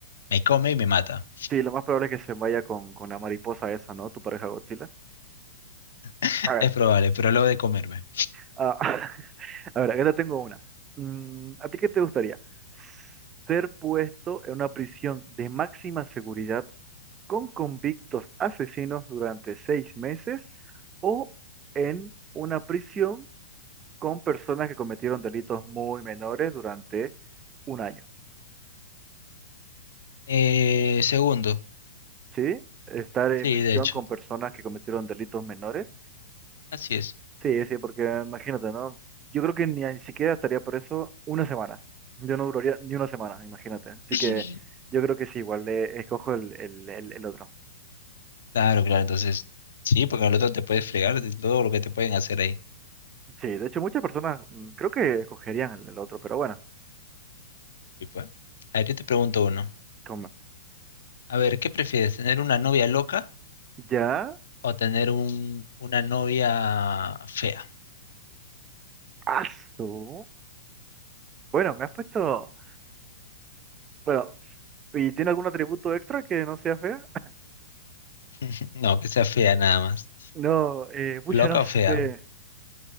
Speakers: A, on the left (about 75°); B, on the right (about 20°).
A: me come y me mata.
B: Sí, lo más probable es que se vaya con, con la mariposa esa, ¿no? Tu pareja Godzilla.
A: <laughs>
B: a ver
A: Es probable, pero luego de comerme.
B: Ah, <laughs> a ver, acá te tengo una. Mm, ¿a ti qué te gustaría? ¿Ser puesto en una prisión de máxima seguridad con convictos asesinos durante seis meses o en una prisión con personas que cometieron delitos muy menores durante un año?
A: Eh, segundo,
B: ¿Sí? Estar en
A: sí,
B: prisión
A: de hecho,
B: con personas que cometieron delitos menores
A: así es.
B: Sí, sí, porque imagínate, ¿no? Yo creo que ni, a- ni siquiera estaría por eso una semana. Yo no duraría ni una semana, imagínate. Así
A: <laughs>
B: que yo creo que sí, igual le escojo el, el, el, el otro.
A: Claro, claro, entonces, sí, porque al otro te puedes fregar de todo lo que te pueden hacer ahí.
B: Sí, de hecho muchas personas mm, creo que escogerían el, el otro, pero bueno,
A: Y pues, a ver, yo te pregunto uno.
B: como
A: A ver, ¿qué prefieres, tener una novia loca
B: ya,
A: o tener un, una novia fea?
B: asu. Bueno, me has puesto, bueno, ¿y tiene algún atributo extra que no sea fea? <laughs>
A: <laughs> No, que sea fea nada más.
B: No, eh, pucha,
A: ¿Loca
B: no sé.
A: o fea?